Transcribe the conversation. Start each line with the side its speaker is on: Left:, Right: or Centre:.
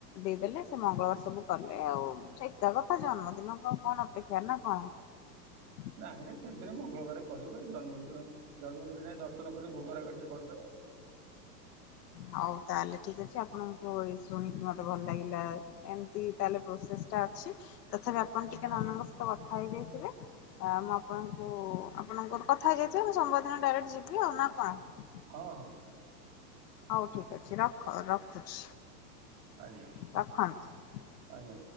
Left: ଦେଇଦେଲେ ସେ ମଙ୍ଗଳବାର ସବୁ କଲେ ଆଉ ସେ ଏକା କଥା ଜନ୍ମଦିନ କୁ ଆଉ କଣ ଅପେକ୍ଷା ନା କଣ।
Right: ନାଇଁ ନାଇଁ ସେଇଦିନ ମଙ୍ଗଳବାର କରିବେ ଜନ୍ମଦିନ ଜନ୍ମଦିନ ଯାଇ ଦର୍ଶନ କରି ଭୋଗ ରାଗ ଟିକେ କରିଦେବେ।
Left: ହଉ ତାହେଲେ ଠିକ ଅଛି ଆପଣଙ୍କୁ ଏ ଶୁଣିକି ମତେ ଭଲ ଲାଗିଲା ଏମତି ତାହେଲେ ପ୍ରୋସେସଟା ଅଛି ତଥାପି ଆପ ପଣ ଟିକେ
Right: ହଁ
Left: ନନା ଙ୍କ ସହ କଥା କଥା ହେଇଯାଇଥିବେ ମୁଁ ଆପଣଙ୍କୁ ଆପଣଙ୍କର କଥା ହେଇଯାଇଥିବେ ମୁଁ ସୋମବାର ଦିନ ଡାଇରେକ୍ଟ ଯିବି ଆଉ ନା କଣ?
Right: ହଁ ହଁ।
Left: ହଉ ଠିକ ଅଛି ରଖ ରଖୁଛି।
Right: ଆଜ୍ଞା
Left: ରଖନ୍ତୁ।
Right: ଆଜ୍ଞା।